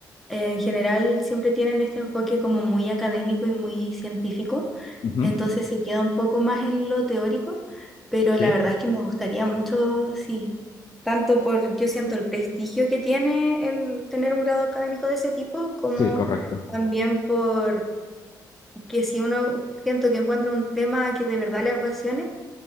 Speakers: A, in the centre; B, on the left.
A: Eh, en general siempre tienen este enfoque como muy académico y muy científico,
B: Ujú,
A: entonces se queda un poco más en lo teórico, pero
B: Sí,
A: la verdad es que me gustaría mucho, sí, tanto por, yo siento el prestigio que tiene el tener un grado académico de ese tipo, como
B: sí, correcto.
A: también por que si uno siento que encuentra un tema que de verdad le apasione,